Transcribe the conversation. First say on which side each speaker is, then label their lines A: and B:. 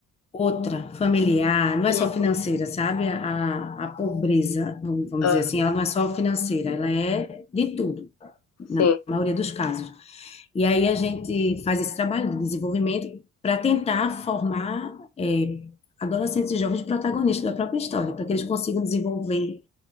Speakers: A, on the left; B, on the left.
A: outra, familiar, não
B: Uhum.
A: é só financeira, sabe? A, a pobreza, vamos vamos
B: Ah,
A: dizer assim, ela não é só financeira, ela é de tudo, na
B: sim.
A: maioria dos casos. E aí a gente faz esse trabalho de desenvolvimento para tentar formar eh, adolescentes e jovens protagonistas da própria história, para que eles consigam desenvolver